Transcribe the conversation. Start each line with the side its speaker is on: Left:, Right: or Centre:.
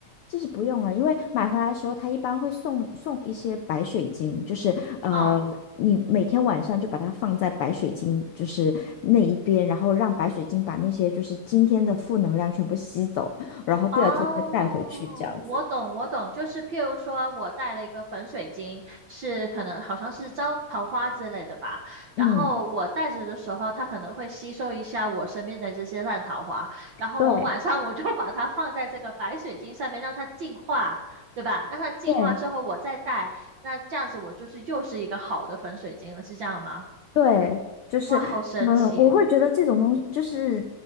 Left: 就是不用了，因为买回来的时候，它一般会送送一些白水晶，就是呃，
Right: 嗯
Left: 你每天晚上就把它放在白水晶就是那一边，然后让白水晶把那些就是今天的负能量全部吸走，然后第二天再带回去这样子。
Right: 哦，我懂，我懂，就是譬如说，我带了一个粉水晶，是可能好像是招桃花之类的吧。然后我带着的时候，
Left: 嗯，
Right: 它可能会吸收一下我身边的这些烂桃花。然后我晚上我就把它放在这个白水晶上面，
Left: 对
Right: 让它净化，对吧？让它净化之后，
Left: 对，
Right: 我再带，那这样子我就是又是一个好的粉水晶了，是这样吗？
Left: 对，就是，
Right: 哇，好神奇！
Left: 嗯，我会觉得这种东西就是，